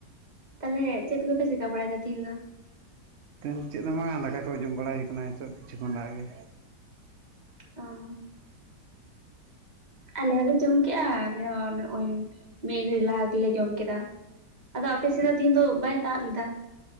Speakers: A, on the right; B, on the right.
A: ᱛᱟᱦᱚᱞᱮ ᱪᱮᱫ ᱠᱚᱯᱮ ᱪᱮᱠᱟᱹ ᱵᱟᱲᱟᱭᱫᱟ ᱛᱮᱤ ᱦᱮᱧ ᱫᱚ?
B: ᱛᱮᱱ ᱪᱮᱫ ᱦᱚᱸ ᱵᱟᱝᱟ, ᱫᱟᱠᱟ ᱠᱚ ᱡᱚᱢ ᱵᱟᱲᱟ ᱦᱩᱭ ᱠᱟᱱᱟ ᱱᱤᱛᱚᱜ ᱠᱤᱪᱷᱩ ᱠᱷᱚᱱ ᱞᱟᱦᱟᱜ ᱜᱮ᱾
A: ᱚᱸᱻ᱾ ᱟᱞᱮ ᱦᱚᱸᱞᱮ ᱡᱚᱢ ᱠᱮᱜᱼᱟ ᱟᱞᱮ ᱦᱚᱸ ᱱᱚᱜᱼᱚᱭ ᱢᱤᱜᱷᱟᱹᱲᱤᱼᱜ ᱞᱟᱦᱟ ᱜᱮᱞᱮ ᱡᱚᱢ ᱠᱮᱫᱟ᱾ ᱟᱫᱚ ᱟᱯᱮᱥᱮᱫ
B: ᱪᱮᱫ
A: ᱫᱚ ᱛᱤᱦᱤᱧ ᱫᱚ ᱵᱟᱭ ᱫᱟᱜ ᱞᱮᱫᱟ,